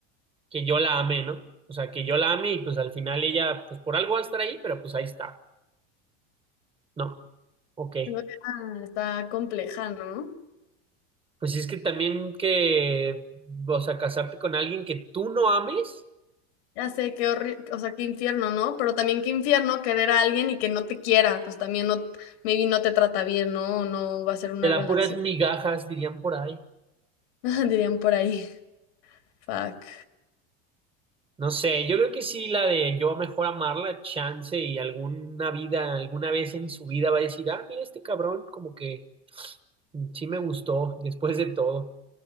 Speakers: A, on the right; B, on the left.
A: que yo la amé, ¿no? O sea, que yo la amé y pues al final ella, pues por algo va a estar ahí, pero pues ahí está, ¿no? Ok.
B: Siento que, ah, está compleja, ¿no?
A: Pues es que también que, o sea, casarte con alguien que tú no ames,
B: Ya sé qué horrible, o sea, qué infierno, ¿no? Pero también qué infierno querer a alguien y que no te quiera, pues también no, maybe no te trata bien, ¿no? O No va a ser una
A: te da
B: relación,
A: puras migajas, dirían por ahí.
B: <laughs> dirían por ahí. Fuck.
A: No sé, yo creo que sí, la de yo mejor amarla, chance y alguna vida, alguna vez en su vida va a decir, ah, mira este cabrón, como que sí me gustó después de todo,